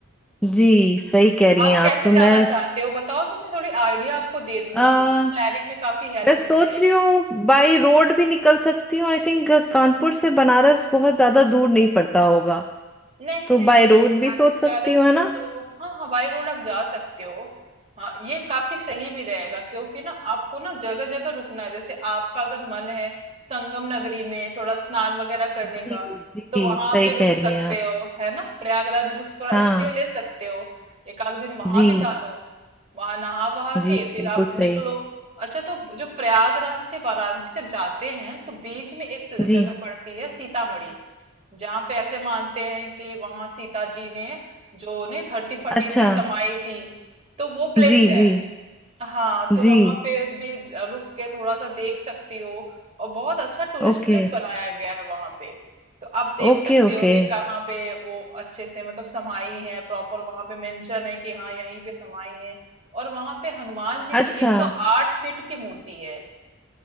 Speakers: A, in the centre; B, on the right (about 30°).
A: जी सही कह
B: तो
A: रही
B: आप
A: हैं आप
B: कैसे
A: तो
B: जाना
A: मैं
B: चाहते हो बताओ तो मैं थोड़ी आइडिया आपको दे दूं
A: आ,
B: ना तो प्लानिंग में काफी हेल्प
A: मैं सोच
B: मिल जाएगी
A: रही हूँ बाई रोड भी निकल सकती हूँ आई थिंक कानपुर से बनारस बहुत ज्यादा दूर नहीं पड़ता होगा
B: नहीं
A: तो
B: नहीं
A: बाई रोड
B: नहीं
A: भी
B: ज्यादा
A: सोच सकती
B: ज्यादा
A: हूँ
B: दूर
A: है ना
B: तो हाँ हवाई रोड आप जा सकते हो हाँ ये काफी सही भी रहेगा क्योंकि ना आपको ना जगह जगह रुकना है जैसे आपका अगर मन है संगम नगरी में थोड़ा स्नान वगैरह करने
A: जी
B: का
A: जी
B: तो वहां
A: सही
B: आप भी
A: कह
B: रुक सकते
A: रही हैं आप
B: हो है ना प्रयागराज रुक थोड़ा
A: हाँ
B: स्टे ले सकते हो एक आध दिन वहां
A: जी
B: बिता लो वहां नहा वहा
A: जी
B: के फिर
A: बिल्कुल
B: आप निकलो
A: सही
B: अच्छा तो जो प्रयागराज से वाराणसी जब जाते हैं तो बीच में एक प्ल-
A: जी
B: जगह पड़ती है सीतामढ़ी जहाँ पे ऐसे मानते हैं कि वहां सीता जी ने जो नहीं धरती फटी
A: अच्छा
B: थी समाई थी तो वो प्लेस
A: जी
B: है
A: जी
B: हाँ तो
A: जी
B: वहां पे भी रुक के थोड़ा सा देख सकती हो और बहुत अच्छा टूरिस्ट
A: Okay
B: प्लेस बनाया गया है वहां पे तो आप देख
A: okay
B: सकते
A: okay
B: हो कि कहाँ पे वो अच्छे से मतलब समाई है प्रॉपर वहां पे मेंशन है कि हाँ यहीं पे समाई है और वहां पे हनुमान जी की
A: अच्छा
B: 108 फीट की मूर्ति है